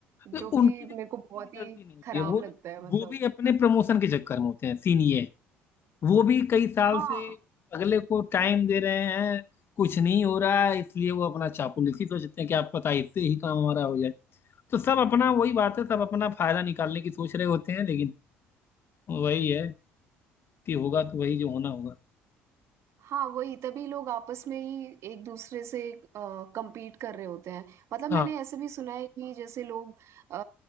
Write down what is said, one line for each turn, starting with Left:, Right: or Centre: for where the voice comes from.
Right: जो
Left: तो
Right: कि
Left: उनकी भी
Right: मेरे
Left: उनकी
Right: को बहुत
Left: भी
Right: ही
Left: गलती नहीं होती
Right: खराब
Left: है वो
Right: लगता
Left: ना
Right: है मतलब।
Left: वो भी अपने प्रमोशन के चक्कर में होते हैं सीन ये है। वो भी कई साल
Right: हाँ।
Left: से अगले को टाइम दे रहे हैं कुछ नहीं हो रहा है इसलिए वो अपना चापलूसी ही सोचते हैं कि आप पता है, इससे ही काम हमारा हो जाए तो सब अपना वही बात है सब अपना फायदा निकालने की सोच रहे होते हैं लेकिन वही है कि होगा तो वही जो होना होगा
Right: हाँ, वही तभी लोग आपस में ही एक-दूसरे से अ, कम्पीट कर रहे होते हैं। मतलब
Left: हाँ
Right: मैंने ऐसे भी सुना है कि जैसे लोग अ,